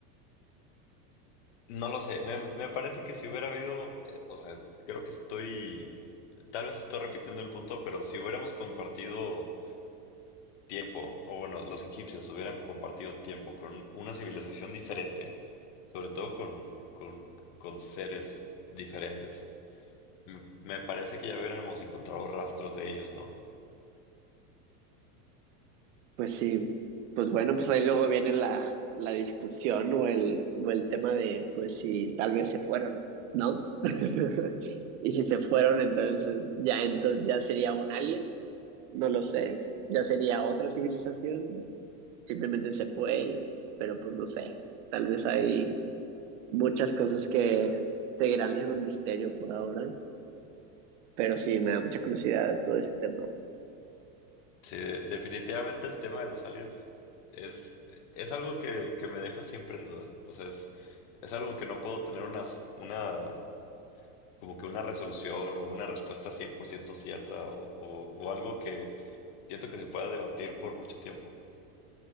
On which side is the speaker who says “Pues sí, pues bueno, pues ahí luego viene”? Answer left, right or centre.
Right